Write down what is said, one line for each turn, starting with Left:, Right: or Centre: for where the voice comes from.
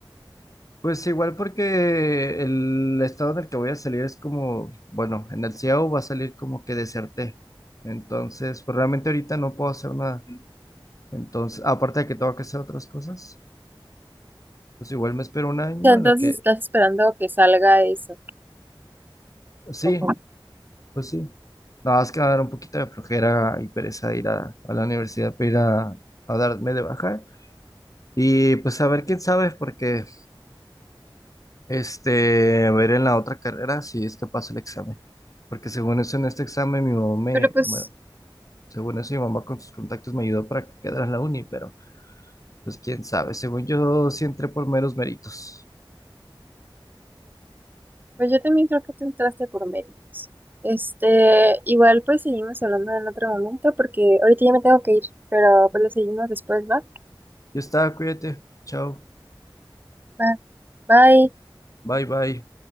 Left: pues igual porque el estado en el que voy a salir es como, bueno, en el CIAO va a salir como que deserté. Entonces, pues realmente ahorita no puedo hacer nada. Entonces, aparte de que tengo que hacer otras cosas, pues igual me espero un año
Right: sea, entonces
Left: en lo que,
Right: estás esperando a que salga eso.
Left: sí,
Right: ¿o cómo?
Left: pues sí. Nada más que va a dar un poquito de flojera y pereza ir a, a la universidad para ir a a darme de baja. Y pues a ver quién sabe, porque este, a ver en la otra carrera si es que paso el examen. Porque según eso, en este examen, mi mamá me,
Right: Pero pues,
Left: bueno, según eso, mi mamá con sus contactos me ayudó para que quedara en la uni, pero pues quién sabe. Según yo, sí entré por meros méritos.
Right: pues yo también creo que tú entraste por méritos. Este, igual pues seguimos hablando en otro momento porque ahorita ya me tengo que ir, pero pues lo seguimos después, ¿va?
Left: Ya está, cuídate. Chao.
Right: Va. Bye.
Left: Bye, bye.